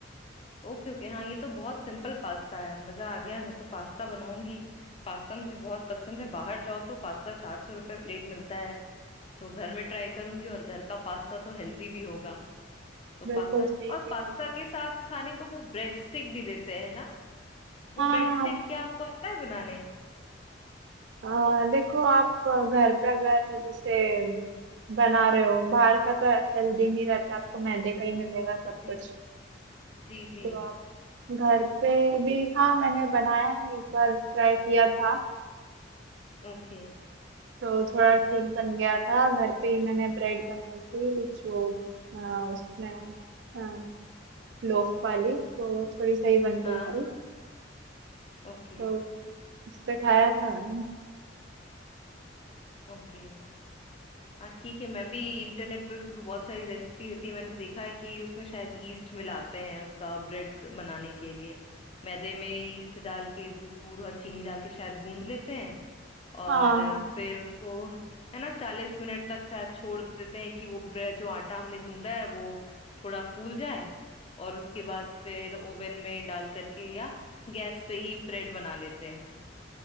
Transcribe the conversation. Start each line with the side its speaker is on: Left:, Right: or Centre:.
Left: ओके ओके हाँ ये तो बहुत सिंपल पास्ता है मज़ा आ गया मैं तो पास्ता बनाऊंगी पास्ता मुझे बहुत पसंद है बाहर जाओ तो पास्ता चार सौ रुपये प्लेट मिलता है तो घर में ट्राई करूंगी और घर का पास्ता तो हेल्दी भी होगा तो पास्ता
Right: बिल्कुल ठीक
Left: और पास्ता
Right: है
Left: के साथ खाने को वो ब्रेड स्टिक भी देते हैं ना वो
Right: हाँ
Left: ब्रेड
Right: हाँ
Left: स्टिक क्या आपको आता है बनाने
Right: आ, देखो आप घर पे अगर जैसे बना रहे हो बाहर का तो हेल्दी नहीं रहता आपको मैदे का ही मिलेगा सब
Left: जी
Right: कुछ
Left: जी
Right: तो
Left: जी
Right: आप घर पे भी हाँ मैंने बनाया है एक बार ट्राई किया था
Left: ओके
Right: तो थोड़ा ठीक बन गया था घर पे ही मैंने ब्रेड बनाई थी जो आ, उसमें आ, लोफ वाली तो थोड़ी सही बन गई
Left: हाँ
Right: थी
Left: ओके
Right: तो उससे खाया था मैंने
Left: ओके हाँ ठीक है मैं भी इंटरनेट पे भी तुम्हें बहुत सारी रेसिपी देती है मैंने देखा है कि उसमें शायद ईस्ट मिलाते हैं उसका ब्रेड बनाने के लिए मैदे में ईस्ट डाल के दूध और चीनी डाल के शायद गूंद लेते हैं और
Right: हाँ
Left: अ, फिर उसको है ना चालीस मिनट तक शायद छोड़ देते हैं कि वो ब्रेड जो आटा हमने गूंदा है वो थोड़ा फूल जाए और उसके बाद फिर ओवन में डाल करके या गैस पे ही ब्रेड बना लेते हैं